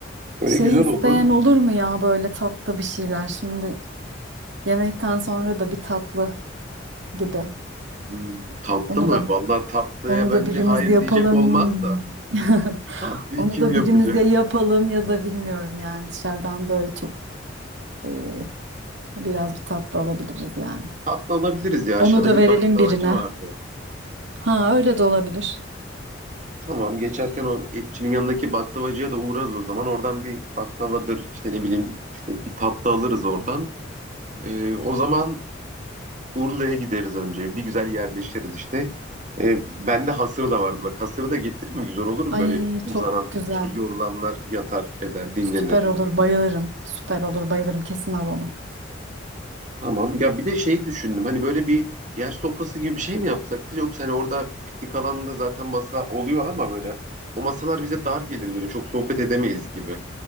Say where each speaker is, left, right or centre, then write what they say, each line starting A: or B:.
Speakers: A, on the right (about 40°); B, on the right (about 70°).
A: Öyle
B: Şey
A: güzel
B: isteyen
A: olur.
B: olur mu ya böyle tatlı bir şeyler? Şimdi yemekten sonra da bir tatlı gibi.
A: Hmm, tatlı
B: Onu
A: mı?
B: da
A: Vallahi tatlıya
B: onu
A: bence
B: da birimiz
A: hayır
B: yapalım.
A: diyecek olmaz da.
B: <laughs>
A: Tatlıyı
B: Onu
A: kim
B: da
A: yapacak?
B: birimiz ya yapalım ya da bilmiyorum yani dışarıdan böyle çok, e, biraz bir tatlı alabiliriz yani.
A: Tatlı alabiliriz ya. Aşağıda
B: Onu da
A: bir
B: verelim
A: baklavacı
B: birine.
A: vardı.
B: Ha öyle de olabilir.
A: Tamam geçerken o etçinin yanındaki baklavacıya da uğrarız o zaman. Oradan bir baklavadır işte ne bileyim işte bir tatlı alırız oradan. Ee, o zaman Urla'ya gideriz önce. Bir güzel yerleşiriz işte. Ee, bende hasır da vardı. Bak hasırı da getireyim mi? Güzel olur mu?
B: Ay
A: Böyle uzanan
B: çok güzel.
A: şey yorulanlar yatar eder dinlenir.
B: Süper olur, bayılırım. Süper olur, bayılırım. Kesin al onu.
A: Tamam ya bir de şey düşündüm. Hani böyle bir yer sofrası gibi bir şey mi yapsak biz? Yoksa hani orada piknik alanında zaten masa oluyor ama böyle o masalar bize dar gelir böyle çok sohbet edemeyiz gibi.